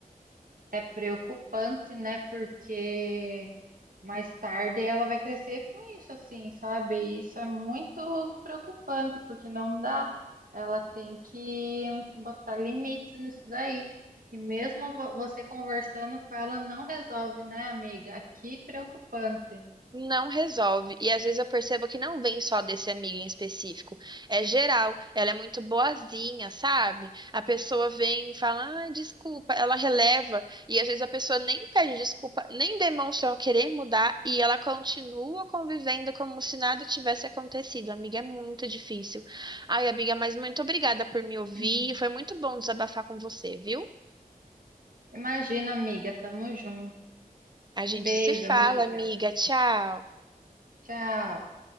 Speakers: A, on the right; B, on the right.
A: É preocupante, né? Porque mais tarde ela vai crescer com isso, assim, sabe? E Isso é muito preocupante, porque não dá. Ela tem que botar limites nisso daí. E mesmo vo- você conversando com ela não resolve, né, amiga? Que preocupante.
B: Não resolve. E às vezes eu percebo que não vem só desse amigo em específico. É geral. Ela é muito boazinha, sabe? A pessoa vem e fala, ah, desculpa. Ela releva. E às vezes a pessoa nem pede desculpa, nem demonstra querer mudar. E ela continua convivendo como se nada tivesse acontecido. Amiga, é muito difícil. Ai, amiga, mas muito obrigada por me ouvir.
A: <clears throat>
B: Foi muito bom desabafar com você, viu?
A: Imagina, amiga, tamo junto.
B: A
A: Um
B: gente
A: beijo,
B: se fala,
A: amiga.
B: amiga. Tchau.
A: Tchau.